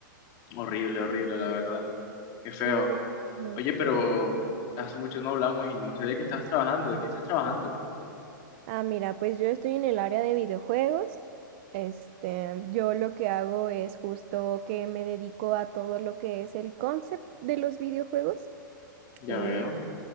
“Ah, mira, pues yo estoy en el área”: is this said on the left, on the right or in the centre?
Right